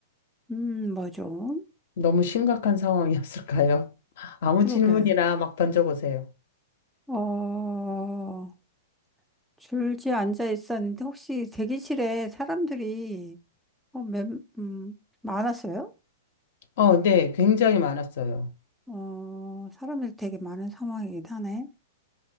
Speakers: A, in the centre; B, on the left.
A: 음, 뭐 좀,
B: 너무 심각한 상황이었을까요? <laughs> 아무
A: 그러게.
B: 질문이나 막 던져보세요.
A: 어, 줄지에 앉아 있었는데 혹시 대기실에 사람들이 어, 몇, 음, 많았어요?
B: 어, 네, 굉장히 많았어요.
A: 어, 사람들이 되게 많은 상황이긴 하네.